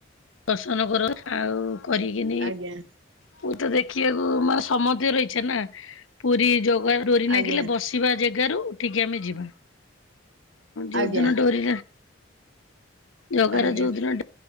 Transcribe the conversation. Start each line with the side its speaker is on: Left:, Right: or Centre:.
Left: ର୍ଶନ କର ଆଉ କରିକିନି
Right: ଆଜ୍ଞା।
Left: ପୁ ତ ଦେଖିବାକୁ ମାନେ ସମସ୍ତିଙ୍କର ଇଛା ନା ପୁରୀ ଜଗା ଡୋରି ନାଗିଲେ
Right: ଆଜ୍ଞା
Left: ବସି ଯିବା ଜାଗାରୁ ଉଠିକି ଆମେ ଯିବୁ ଯୋଉଦିନ
Right: ଆଜ୍ଞା
Left: ଡୋରି ଜଗାର
Right: ଆଜ୍ଞା।
Left: ଯୋଉଦିନ ଡ